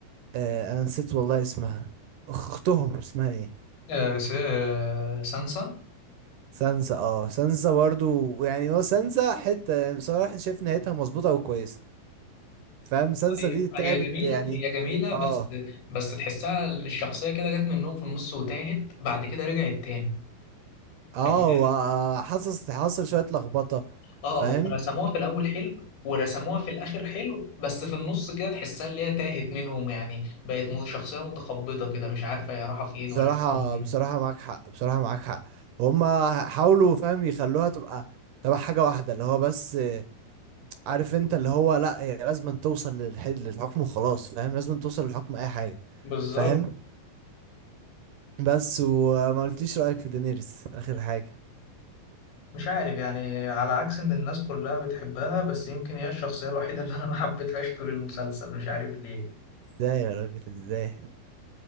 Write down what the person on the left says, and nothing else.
آه س... آه سانسا
هي
هي جميله
هي جميله
بس بس تحسها الشخصيه كده جت منهم في النص وتاهت بعد كده رجعت تاني
يعني
اه
هم رسموها في الاول حلو ورسموها في الاخر حلو بس في النص كده تحسها اللي هي تاهت منهم يعني بقت م- شخصيه متخبطه كده مش عارفه هي رايحه فين
ولا فين
بالظبط
مش عارف يعني على عكس ان الناس كلها بتحبها بس يمكن هي الشخصية الوحيدة اللي انا ما حبيتهاش طول المسلسل مش عارف ليه